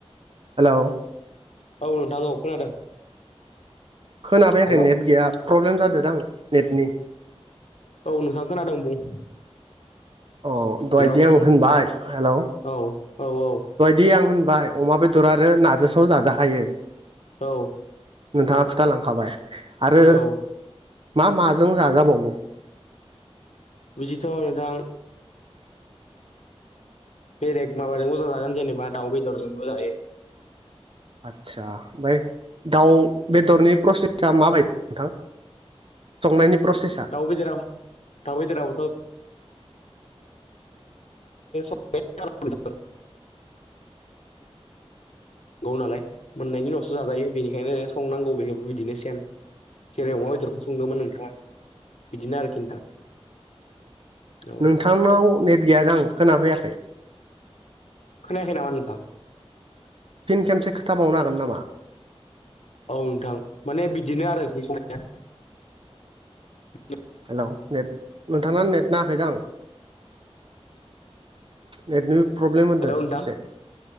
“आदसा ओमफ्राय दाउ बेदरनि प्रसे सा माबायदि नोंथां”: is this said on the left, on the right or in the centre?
Right